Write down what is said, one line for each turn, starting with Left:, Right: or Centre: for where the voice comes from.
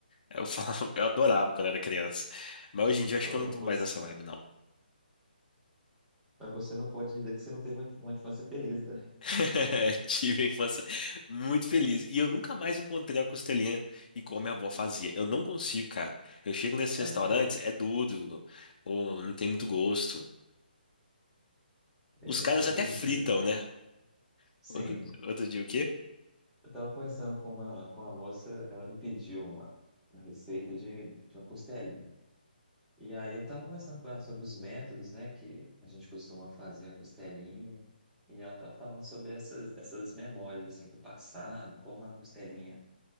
Left: Eu falava, eu adorava quando era criança. Mas hoje em dia eu acho
Centre: Ô,
Left: que eu não tô
Centre: Você,
Left: mais nessa vibe, não.
Centre: mas você não pode dizer que você não teve uma inf- uma infância feliz, né?
Left: <laughs> É, tive a infância muito feliz. E eu nunca mais encontrei a costelinha igual minha avó fazia. Eu não consigo, cara. Eu chego nesses restaurantes,
Centre: É mesmo.
Left: é duro, ou não tem muito gosto.
Centre: É,
Left: Os caras
Centre: outro
Left: até fritam,
Centre: dia.
Left: né?
Centre: Sim,
Left: Outro, outro dia o quê?
Centre: eu estava conversando com uma, com uma moça, ela me pediu uma, uma receita de, de uma costelinha. E aí eu estava conversando com ela sobre os métodos, né, que a gente costuma fazer a costelinha. E ela estava falando sobre essas, essas memórias, assim, do passado, como a costelinha